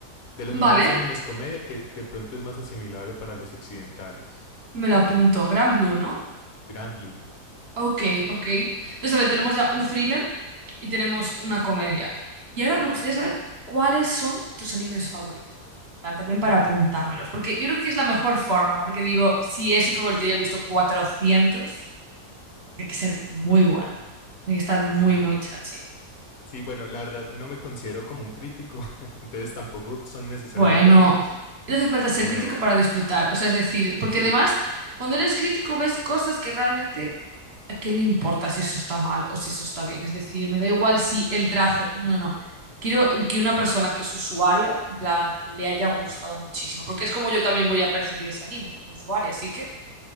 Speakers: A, on the left; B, on the right.
A: de los
B: Vale,
A: mejores animes comedia que de pronto es más asimilable para los occidentales.
B: me la apunto, Gran Blue, ¿no?
A: Grand Blue.
B: Ok, ok. Entonces, a ver, tenemos ya un thriller y tenemos una comedia. Y ahora me gustaría saber cuáles son tus animes favoritos. En plan, también para apuntármelos, porque yo creo que es la mejor forma, porque digo, si es un favorito, ya he visto 400. Tiene que ser muy bueno. Tiene que estar muy,
A: Sí.
B: muy chachi.
A: Sí, bueno, la verdad no me considero como un crítico, <laughs> entonces tampoco son necesariamente
B: Bueno,
A: buenos,
B: no hace falta ser
A: pero
B: crítico para disfrutar. O sea, es decir, porque
A: sí.
B: además, cuando eres crítico ves cosas que realmente a qué le importa si eso está mal o si eso está bien. Es decir, me da igual si el trazo. No, no, no. Quiero que una persona que es usuaria, en plan, le haya gustado muchísimo. Porque es como yo también voy a percibir ese anime como usuaria. Así que